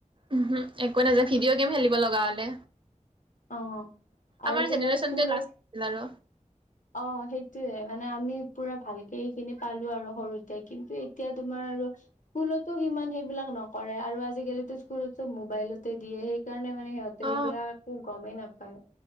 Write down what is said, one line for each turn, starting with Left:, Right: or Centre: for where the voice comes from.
Right: উহো একো নাযায় ভিডিঅ' গেম খেলিব হ'লে
Left: অ আৰু
Right: আমাৰ
Left: তোমাৰ
Right: জেনেৰেচনটোৱে
Left: স্কুলত
Right: লাষ্ট আছিল আৰু
Left: অ সেইটোৱে মানে আমি পুৰা ভালকে এইখিনি পালো আৰু সৰুতে কিন্তু এতিয়া তোমাৰ আৰু স্কুলটো সিমান সেইবিলাক নকৰে আৰু আজিকালিটো স্কুল চব মোবাইলতে দিয়ে সেইকাৰণে মানে সিহঁতে
Right: অ
Left: এইবিলাক একো গমে নেপায়